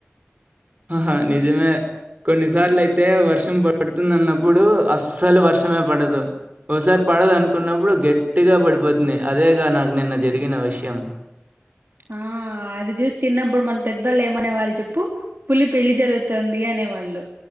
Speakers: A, on the right (about 40°); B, on the right (about 55°).
A: ఆ నిజమే కొన్నిసార్లు అయితే వర్షం పడుతుంది. అన్నప్పుడు అస్సలు వర్షమే పడదు ఓసారి పడదు అనుకున్నప్పుడు గట్టిగా పడిపోతుంది. అదేగా నాకు నిన్న జరిగిన విషయం.
B: ఆహ్ అది చూసి చిన్నప్పుడు మన పెద్ధోళ్ళు ఏమనే వాళ్ళు చెప్పు. పులి పెళ్లి జరుగుతుంది అనేవాళ్ళు.